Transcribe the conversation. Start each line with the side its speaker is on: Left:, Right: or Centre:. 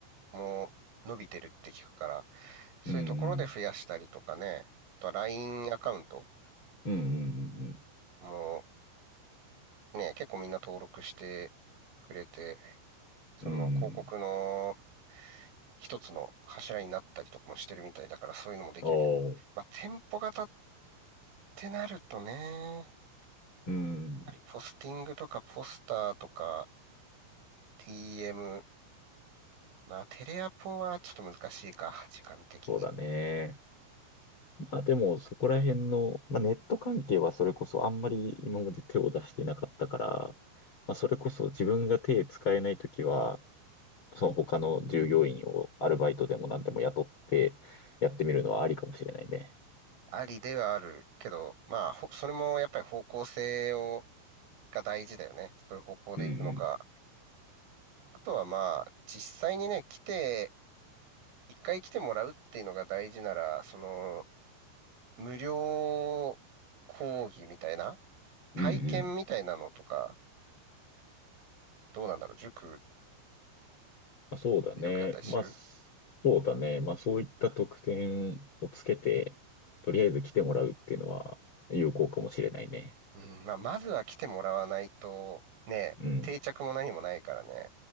Right: も伸びてるって聞くから、そういうところで増やしたりとかね、
Left: うん、
Right: あとは LINE アカウント
Left: うん、うん、うん、うん。うん
Right: もね、結構みんな登録してくれて、その広告の
Left: うん。
Right: 一つの柱になったりとかもしてるみたいだから、そういうのもできるけど。
Left: おー。
Right: まあ、店舗型ってなるとね、や
Left: うん。
Right: はりポスティングとかポスターとか TM、まあ、テレアポはちょっと難しいか、時間的に。
Left: そうだね。まあでも、そこら辺の、まあネット関係はそれこそあんまり今まで手を出してなかったから、まあそれこそ自分が手使えないときは、その他の従業員をアルバイトでも何でも雇ってやってみるのはありかもしれないね。
Right: ありではあるけど、まあ、ほそれもやっぱり方向性をが大事だよね。そういう方向で行くのか。
Left: うんうん。
Right: あとはまあ、実際にね、来て、一回来てもらうっていうのが大事なら、その、無料講義みたいな、体験みたいなのとか、
Left: うんうん。
Right: どうなんだろう、塾
Left: まあ、そうだね。
Right: よくやったりしてる
Left: まあ、すそうだね。まあそういった特典をつけて、とりあえず来てもらうっていうのは有効かもしれないね。
Right: うん、まあ、まずは来てもらわないと、ね、
Left: うん。
Right: 定着も何もないからね。